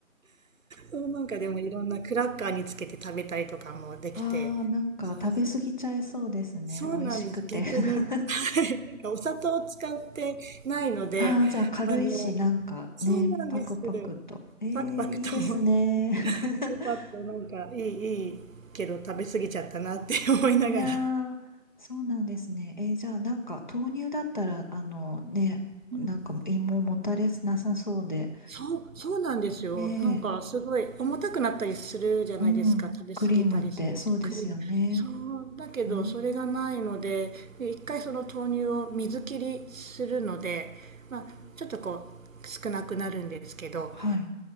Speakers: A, on the right (about 70°); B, on the left (about 35°).
A: そう、なんかでもいろんなクラッカーにつけて食べたりとかもできて、
B: あ、わあ、なんか食べ過ぎちゃいそうですね。
A: そう、そうなんです。
B: 美味しくて。
A: 逆に、
B: <laughs>
A: はい、なんかお砂糖を使ってないので、
B: ああ、じゃあ軽いし、
A: あの、
B: なんかね、
A: そうなんです。
B: パクパクと。ええいいですね。
A: パクパクと、よ
B: <laughs>
A: かった、なんかいい、いいけど食べ過ぎちゃったなって思いながら。
B: いやー、そうなんですね。えーじゃあなんか豆乳だったら、あのね、
A: うん
B: なんかも芋もたれなさそうで、
A: そう、そうなんですよ。
B: ね
A: なんかすごい重たくなったりするじゃないですか。
B: え、うん。
A: 食べ過ぎたりするとクリーム。
B: クリームって、そうですよね。
A: そう、だけどそれがないので、
B: うん。
A: で一回その豆乳を水切りするので、まあ、ちょっとこう少なくなるんですけど、
B: はい。